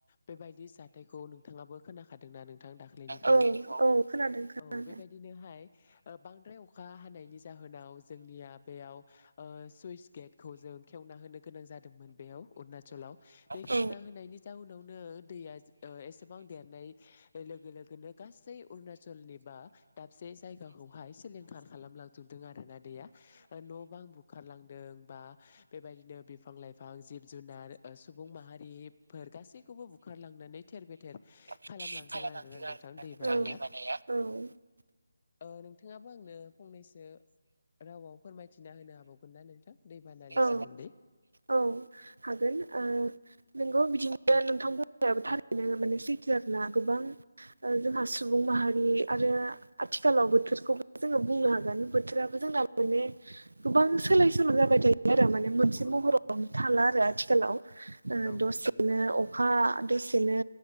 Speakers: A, on the left; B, on the right.
A: बेबायदि जाथायखौ नोंथाङाबो खोनाखादों। नानोंथां दाखैनिखौ
B: औ औ खोनादों खोनादों
A: औ बेबायदिनोहाय बांद्राय अखा हानायनि जाहोनाव जोंनिया बेयाव सुइस गेटखौ जों खेवना होनो गोनां जादोंमोन। मोन बेयाव अरुणाचलाव बे खेवना
B: औ
A: होनायनि जाहोनावनो दैया एसेबां देरनाय लोगोनो गासै अरुणचलनि बा दाबसे जायगाखौहाय सलिंखार खालामलांजोबदों आरोोना दैया न' बां बुखारलांदों बा बेबायदिनो बिफां लाइ फां जिब जुनार सुबुं माहारिफोर गासैखौबो बुखारलांनानै थेर बेथेर
B: खालामलांगोन
A: खालामलांदों आरोना नोंथां
B: आरो
A: दै बानाया
B: दैबानाया
A: <inaudible> नोंथाङाबो आंनो फंनैसो रावाव फोरमायथिना होनो हाबावगोन ना नोंथां दैबानानि
B: औ
A: सोमोन्दै?
B: औ हागोन। ओ नोंगौ बिदिनो नोंथां बायाबो थारैनो माने सैथो आर ना गोबां जोंहा सुबुं माहारि आरो आथिखालाव बोथोरखौ जोङो बुंनो हागोन बोथोराबो जोंना माने गोबां सोलाय सोल' जाबाय थायो। आरो माने मोनसे
A: औ औ
B: महरावनो
A: नंगौ
B: थाला आरो आथिखालाव
A: औ
B: दसेनो
A: नंगौ नोंथां
B: अखा दसे सेनो